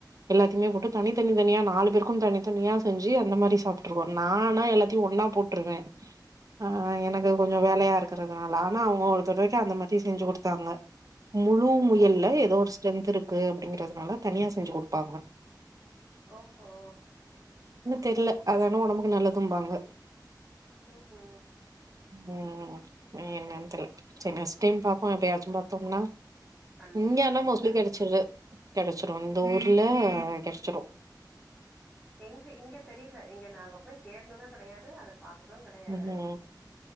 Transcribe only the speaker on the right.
எல்லாத்தையுமே போட்டு தனி தனி தனியா நாலு பேருக்கும் தனி தனியா செஞ்சு அந்த மாதிரி சாப்ட்றுவோ நாலா எல்லாத்தையு ஒண்ணா போட்றுவ ஆ எனக்கு கொஞ் கொஞ்சோ வேலையா இருக்கிறதுனால ஆனா அவுங்க ஒரு தடவைக்கோ அந்த மாரி தி செஞ்சு குடுத்தாங்க முழு முயல்ல
ஏதோ ஒரு ஸ்ட்ரென்த் இருக்கு அப்டிங்கறதுனால தனியா செஞ்சு குடுப்பாங்க
தெரில அதானா ஒடம்புக்கு நல்லதும்பாங்க
ம் ஏ என்னனு தெர்ல சின்ன தேம் பாப்போ எப்பையாச்சு பார்த்தோம்னா
இங்க ஆனா மோஸ்ட்லி
கெடச்சுறுது கெடச்சுரோ இந்த ஊர்ல அ கெடச்சுரோ
ம்